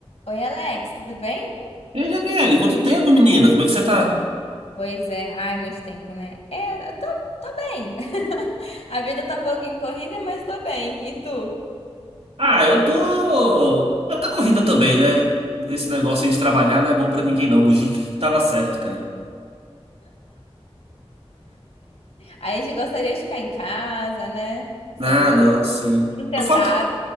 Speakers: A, on the left; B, on the right.
A: Oi, Alex, tudo bem?
B: E aí, Gabriele, quanto tempo, menina? Como é que você tá?
A: Pois é, ai, muito tempo, né? É, eu tô, tô bem. <laughs> A vida tá um pouquinho corrida, mas tô bem. E tu?
B: Ah, eu tô. Eu tô corrida também, né? Esse negócio aí de trabalhar não é bom pra ninguém, não. O Gica que tava certo, cara.
A: A gente gostaria de ficar em casa, né? Sendo
B: Ah, não, sim.
A: sustentado.
B: Eu falo, com-